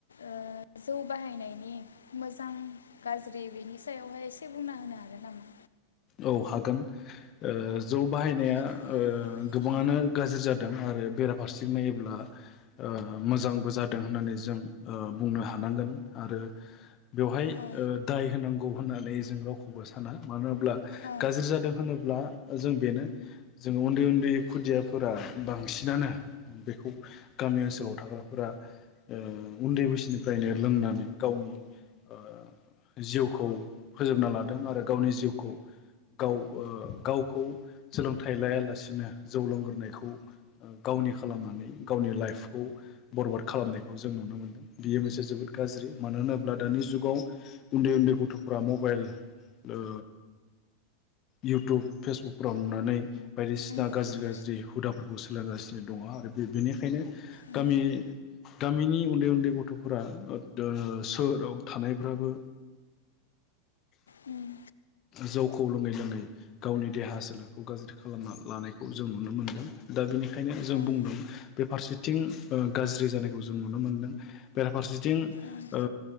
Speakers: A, on the left (about 85°); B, on the left (about 45°).
A: ओ जौ बाहायनायनि मोजां गाज्रि बेनि सायावहाय एसे बुंना होनो हागोन नामा?
B: औ हागोन ओ जौ बाहायनाया
A: जौ बाहायनाया
B: ओ गोबाङानो
A: ओ
B: गाज्रि जादों आरो बेराफारसे नायोब्ला ओ मोजांबो जादों होननानै जों बुंनो हानांगोन आरो बेवहाय
A: औ
B: ओ दाय होनांगौ होननानै जों राव खौबो साना मानो होनब्ला
A: ओं
B: गाज्रि जादों होनोब्ला जों बेनो जों उन्दै उन्दै खुदियाफोरा बांसिनानो बेखौ गामि ओनसोलाव थाग्राफोरा ओ उन्दै बैसोनिफ्रायनो लोंनानै गावनि ओ जिउखौ फोजोबना लादों आरो गावनि जिउखौ गाव ओ गावखौ सोलोंथाइ लायालासिनो जौ लोंगोरोनायखौ ओ गावनि खालामनानै गावनि लाइफखौ बरबाद खालामनायखौ जों नुनो मोनदों। बियो मोनसे जोबोद गाज्रि मानो होनोब्ला दानि जुगाव उन्दै उन्दै गथ'फोरा मबाइल ओ इउटुब फेसबुकफोराव नुनानै बायदिसि
A: उम
B: ना गाज्रि
A: उम
B: गाज्रि हुदाफोरखौ सोलोंगासिनो। दङ आरो बे बेनिखायनो
A: उम
B: गामि गामिनि उन्दै उन्दै गथ'फोरा ओ सोहोराव थानायफ्राबो
A: उम
B: जौ खौ लोङै लोङै गावनि देहा सोलेरखौ गाज्रि खालामना लानायखौ जों नुनो मोन्दों। दा बेनि खायनो जों
A: औ
B: बुंदों बे फारसेथिं ओ गाज्रि जानाय खौ जों नुनो मोनदों बेराफारसेथिं
A: उम
B: ओ